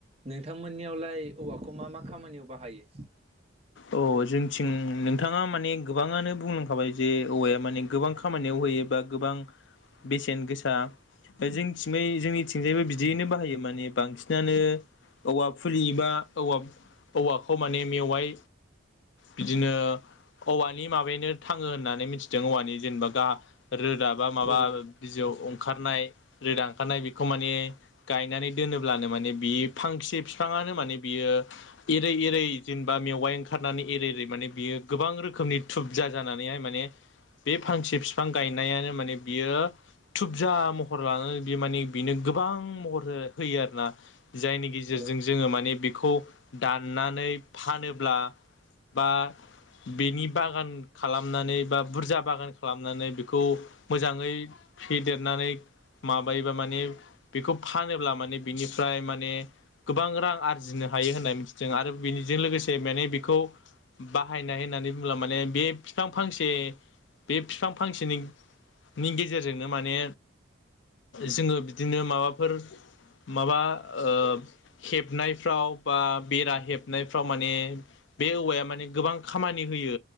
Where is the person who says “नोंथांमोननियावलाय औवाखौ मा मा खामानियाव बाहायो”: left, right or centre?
Right